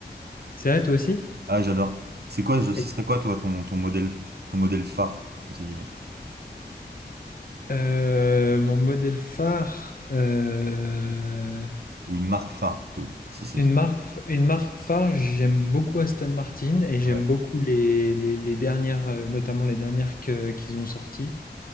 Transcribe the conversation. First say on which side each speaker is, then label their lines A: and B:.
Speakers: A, on the left (about 55°); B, on the right (about 65°).
A: C'est vrai, toi aussi?
B: Ah, j'adore. C'est quoi, je- ce
A: Oui.
B: serait quoi, toi, ton, ton modèle, ton modèle phare, entre guillemets?
A: Euh, mon modèle phare, euh,
B: Ou une marque phare, plutôt, si c'est
A: une
B: trop.
A: marque, une marque phare, j'aime beaucoup Aston Martin et j'aime
B: Ouais.
A: beaucoup les, les, les dernières, euh, notamment les dernières que- qu'ils ont sorties.